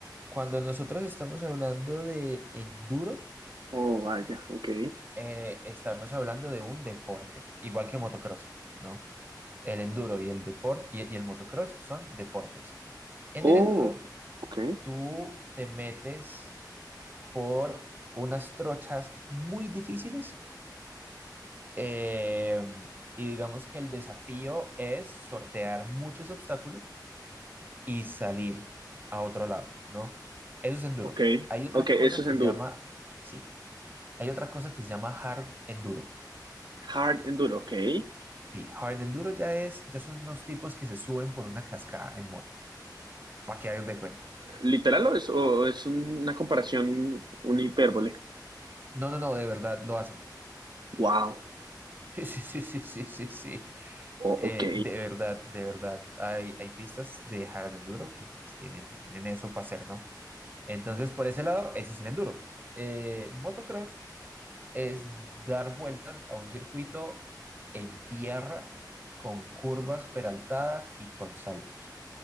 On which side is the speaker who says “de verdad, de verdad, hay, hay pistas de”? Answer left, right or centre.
Right